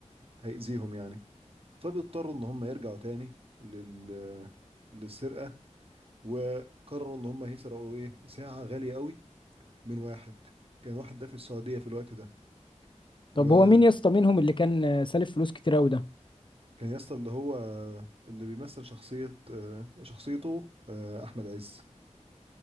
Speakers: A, on the right (about 50°); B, on the left (about 40°).
A: هيأذيهم يعني فبيضطروا ان هم يرجعوا تاني لل للسرقة وقرروا ان هم هيسرقوا ايه ساعة غالية قوي من واحد كان واحد ده في السعودية في الوقت ده وكان
B: طب هو مين يا اسطى منهم اللي كان آه، سالف فلوس كتير قوي ده
A: يا اسطى اللي هو اللي بيمثل شخصية آه، شخصيته آه، احمد عز